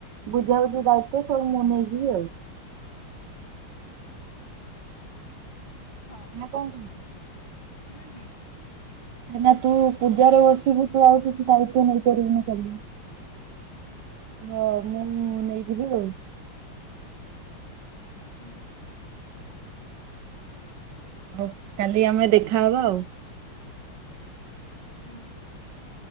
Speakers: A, on the right (about 70°); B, on the left (about 60°).
A: ବୁଝାବୁଝି ଦାୟିତ ସବୁ ମୁଁ ନେଇଯିବି ଆଉ।
B: ହଁ।
A: ନା କଣ କହୁଚୁ।
B: ହୁଁ ହୁଁ।
A: କାଇଁ ନା ତୁ ପୂଜାରେ ବସିବୁ ତୁ ଆଉ କିଛି ଦାୟିତ୍ଵ ନେଇପାରିବୁନି କାଲି। ହଁ ମୁଁ
B: ହୁଁ ହଁ
A: ନେଇଯିବି ଆଉ।
B: ହୁଁ।
A: ଆଉ କାଲି ଆମେ ଦେଖାହବା ଆଉ।
B: ହୁଁ।